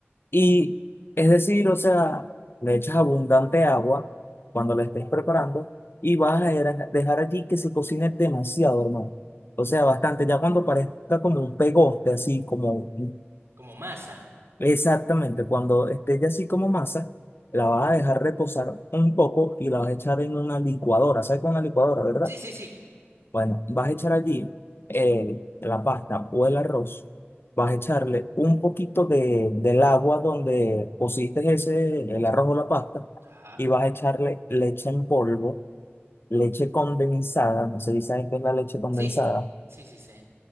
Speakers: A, on the left; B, on the right.
A: Y es decir, o sea, le echas abundante agua cuando la estés preparando y vas a dejar dejar allí que se cocine demasiado, hermano. O sea, bastante, ya cuando parezca como un pegoste, así como un-
B: como masa.
A: exactamente, cuando esté ya así como masa, la vas a dejar reposar un poco y la vas a echar en una licuadora. ¿Sabes con una licuadora, verdad?
B: Sí, sí, sí.
A: Bueno, vas a echar allí el- la pasta o el arroz. Vas a echarle un poquito de, del agua donde pusiste ese, el arroz o la pasta.
B: Ajá.
A: Y vas a echarle leche en polvo, leche condensada. No sé si sabes qué es la leche condensada.
B: Sí, sí, sí, sí.